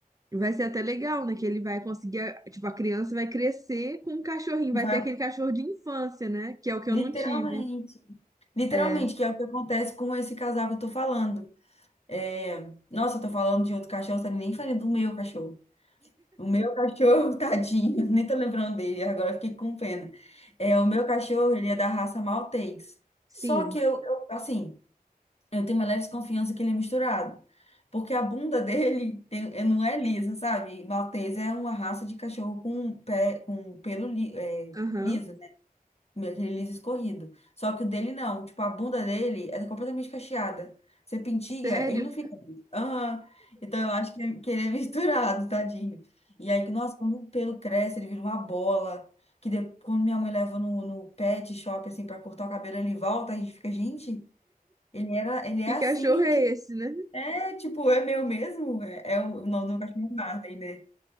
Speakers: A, on the right (about 25°); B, on the left (about 40°).
A: vai ser até legal, né, que ele vai conseguir, a- tipo, a criança vai crescer com um cachorrinho, vai
B: E vai,
A: ter aquele cachorro de infância, né, que é o que
B: Literalmente.
A: eu não tive.
B: Literalmente,
A: É,
B: que é o que acontece com esse casal que eu tô falando. É, Nossa, eu tô falando de outro cachorro, tá nem falando do meu cachorro. O meu cachorro, <laughs> tadinho, nem tô lembrando dele, agora eu fiquei com pena. É, o meu cachorro, ele é da raça Maltês.
A: sim,
B: Só que eu, eu, assim, eu tenho uma leve desconfiança que ele é misturado. Porque a bunda dele tem- é- não é lisa, sabe? Maltês é uma raça de cachorro com pé, com pelo li, é,
A: aham.
B: liso. Meu, aquele liso escorrido. Só que o dele não. Tipo, a bunda dele é completamente cacheada. Você pintiga,
A: Sério?
B: ele não fica. liso. Aham. Então eu acho que ele, que ele é <laughs> misturado, tadinho. E aí, nossa, quando o pelo cresce, ele vira uma bola. Que de- quando minha mãe leva no, no pet shop, assim, pra cortar o cabelo, ele volta, a gente fica, gente, ele era, ele é
A: Que
B: assim.
A: cachorro é
B: gente-
A: esse, né?
B: É, tipo, é meu mesmo. É, é o, o nome do meu cachorro é Marley, né?